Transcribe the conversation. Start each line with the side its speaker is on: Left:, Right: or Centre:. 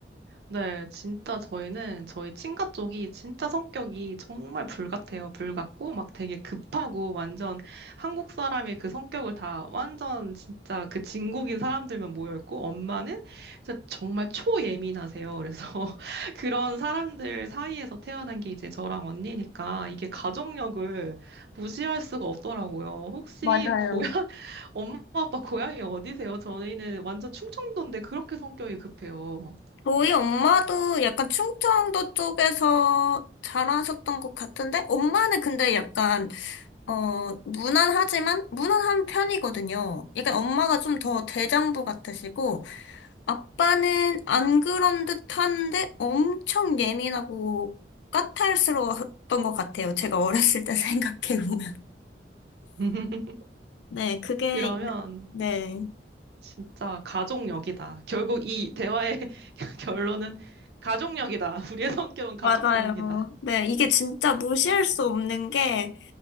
Right: 네, 진짜 저희는 저희 친가 쪽이 진짜 성격이 정말 불 같아요. 불 같고 막 되게 급하고 완전 한국 사람의 그 성격을 다 완전 진짜 그 진국인 사람들만 모여 있고 엄마는 진짜 정말 초예민하세요. 그래서 <laughs> 그런 사람들 사이에서 태어난 게 이제 저랑 언니니까 이게 가족력을 무시할 수가 없더라고요. 혹시
Left: 맞아요.
Right: 고향 <laughs> 엄마 아빠 고향이 어디세요? 저희는 완전 충청도인데 그렇게 성격이 급해요.
Left: 저희 엄마도 약간 충청도 쪽에서 자라셨던 것 같은데 엄마는 근데 약간 어, 무난하지만, 무난한 편이거든요. 약간 엄마가 좀 더 대장부 같으시고, 아빠는 안 그런 듯한데 엄청 예민하고 까탈스러웠던 것 같아요. 제가 어렸을 때 <laughs> 생각해보면.
Right: <laughs>
Left: 네, 그게,
Right: 그러면
Left: 네,
Right: 진짜 가족력이다. 결국 이 대화의 <laughs> 결론은 가족력이다. 우리의 성격은 가족
Left: 맞아요.
Right: 때문이다.
Left: 네, 이게 진짜 무시할 수 없는 게,